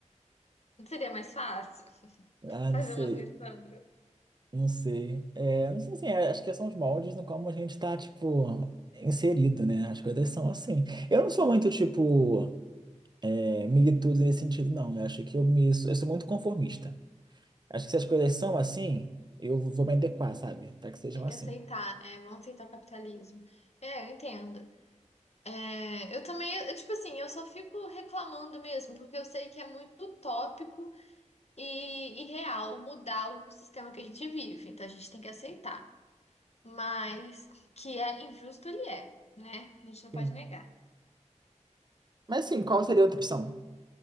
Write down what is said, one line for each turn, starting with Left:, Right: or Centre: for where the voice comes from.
Left: Não seria mais fácil
Right: Ah,
Left: fazer
Right: não sei,
Left: umas missões?
Right: não sei. É, não sei assim, é, acho que são os moldes no como a gente tá, tipo, inserido, né? As coisas são assim. Eu não sou muito, tipo, é, militudo nesse sentido, não. Eu acho que eu me, eu sou muito conformista. Acho que se as coisas são assim, eu vou me adequar, sabe? Para que sejam
Left: Tem
Right: assim.
Left: que aceitar, né? Vão aceitar o capitalismo. É, eu entendo. É, eu também, eu, tipo assim, eu só fico reclamando mesmo, porque eu sei que é muito utópico e irreal mudar o, o sistema que a gente vive. Então a gente tem que aceitar. Mas que é injusto, ele é, né? A gente não
Right: Sim.
Left: pode negar.
Right: Mas sim, qual seria a outra opção?